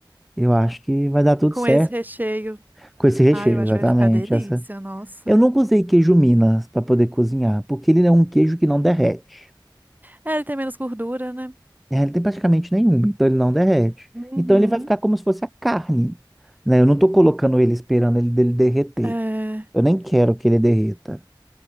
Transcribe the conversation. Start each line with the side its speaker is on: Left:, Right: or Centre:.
Centre: Eu acho que vai dar tudo
Right: com
Centre: certo
Right: esse recheio,
Centre: com esse recheio,
Right: ai, eu acho
Centre: exatamente.
Right: que vai ficar delícia,
Centre: Essa...
Right: nossa.
Centre: Eu nunca usei queijo Minas para poder cozinhar, porque ele é um queijo que não derrete.
Right: É, ele tem menos gordura, né?
Centre: É, ele tem praticamente nenhuma, então ele não derrete.
Right: Uhum.
Centre: Então ele vai ficar como se fosse a carne, né? Eu não tô colocando ele esperando ele dele derreter.
Right: É,
Centre: Eu nem quero que ele derreta.